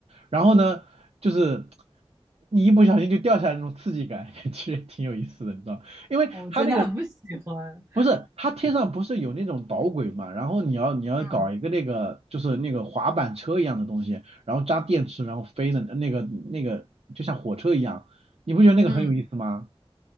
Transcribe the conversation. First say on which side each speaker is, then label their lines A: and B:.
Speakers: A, on the right; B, on the right.
A: 然后呢，就是你一不小心就掉下来那种刺激感，<laughs> 其实挺有意思的，你知道？因为它那个
B: 我真的很不喜欢。
A: 不是它天上不是有那种导轨嘛，然后你要你要搞一个那个就是那个滑板车一样的东西，
B: 嗯
A: 然后扎电池然后飞的那个那个就像火车一样，你不觉得那个很有意思吗？
B: 嗯，